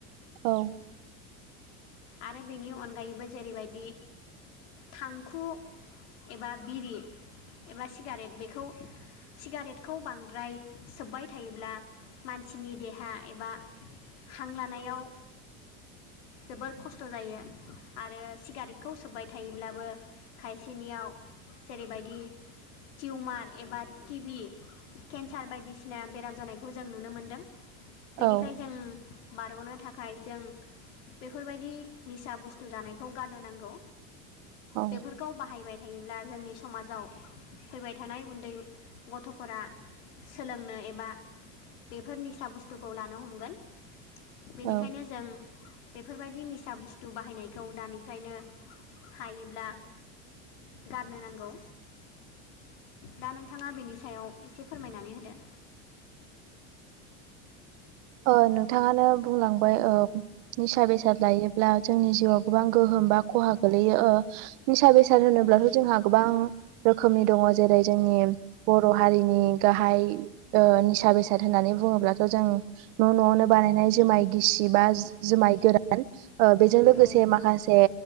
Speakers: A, on the right; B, on the left.
A: औ
B: आरो बेनि अनगायैबो जेरैबायदि थांखु एबा बिरि एबा सिगारेट बेखौ सिगारेटखौ बांद्राय सोब्बाय थायोब्ला मानसिनि देहा एबा हां लानायाव जोबोर खस्थ' जायो। आरो सिगारि खौ सोब्बाय थायोब्लाबो खायसेनियाव जेरैबायदि टिउमार एबा टि बि केन्सार बायदिसिना बेराम जानायखौ जों नुनो मोनदों। बेनिफ्राय
A: औ
B: जों बारग'नो थाखाय जों बेफोरबायदि निसा बुस्थु जानायखौ गारनो नांगौ।
A: औ
B: बेफोर खौ बाहायबाय थायोब्ला जोंनि समाजाव फैबाय थानाय उन्दै गथ'फोरा सोलोंनो एबा बेफोर निसा बुस्थुखौ लानो हमगोन। बेनिखायनो
A: औ
B: जों बेफोरबायदि नि फिसा बुस्थु बाहायनायखौ दानिफ्रायनो हायोब्ला गारनो नांगौ। दा नोंथाङा बिनि सायाव एसे फोरमायनानै होदो।
A: ओ नोंथाङानो बुंलांबाय ओ निसा बेसाद लायोब्ला जोंनि जिउआव गोबां गोहोम बा खहा गोलैयो ओ निसा बेसाद होनोब्लाथ' जोंहा गोबां रोखोमनि दङ जेरै जोंनि बर' हारिनि गाहाय ओ निसा बेसाद होननानै बुङोब्लाथ जों न' न'आवनो बानायनाय जोमाय गिसि बा जोमाय गोरान ओ बेजों लोगोसे
B: औ
A: माखासे